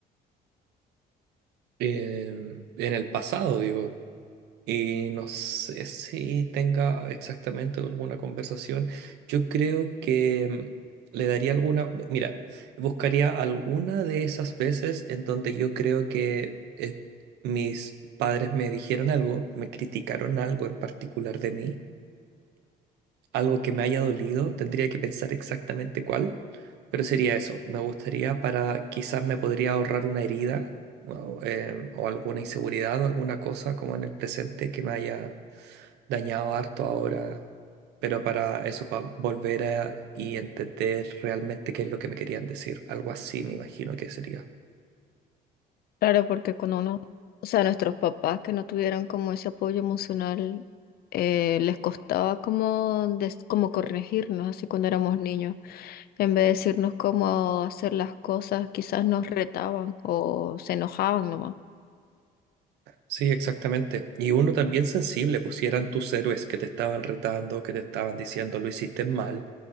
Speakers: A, on the right; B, on the left.
A: Eh, en el pasado, digo. Y no sé si tenga exactamente alguna conversación. Yo creo que mm, le daría alguna, mira, buscaría alguna de esas veces en donde yo creo que eh, mis padres me dijeron algo, me criticaron algo en particular de mí, algo que me haya dolido, tendría que pensar exactamente cuál, pero sería eso. Me gustaría para, quizás me podría ahorrar una herida o, em, o alguna inseguridad o alguna cosa como en el presente que me haya dañado harto ahora, pero para eso, para volver a y entender realmente qué es lo que me querían decir. Algo así me imagino que sería.
B: Claro, porque cuando uno, o sea, nuestros papás que no tuvieron como ese apoyo emocional, eh, les costaba como, des- como corregirnos, así cuando éramos niños. En vez de decirnos cómo hacer las cosas, quizás nos retaban o se enojaban nomás.
A: Sí, exactamente. Y uno también sensible, pues si eran tus héroes que te estaban retando, que te estaban diciendo lo hiciste mal,